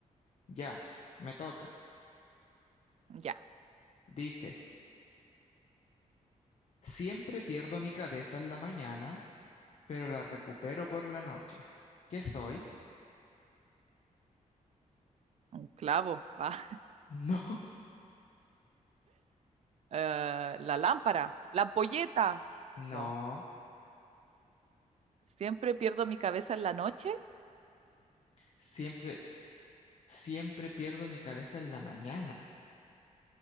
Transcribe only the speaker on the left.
Ya, me toca.
Dice, siempre pierdo mi cabeza en la mañana, pero la recupero por la noche. ¿Qué soy?
<laughs> No,
no.
Siempre. Siempre pierdo mi cabeza en la mañana,